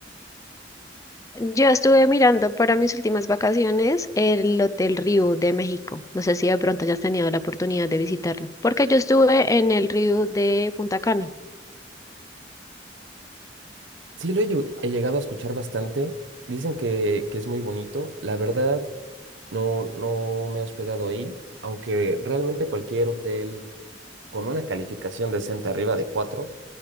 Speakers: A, on the left; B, on the right.
A: Yo estuve mirando para mis últimas vacaciones el Hotel Riu de México. No sé si de pronto hayas tenido la oportunidad de visitarlo, porque yo estuve en el Riu de Punta Cana.
B: Sí, lo he, llu- he llegado a escuchar bastante. Dicen que, que es muy bonito. La verdad, no, no me he hospedado ahí, aunque realmente cualquier hotel con una calificación decente arriba de 4,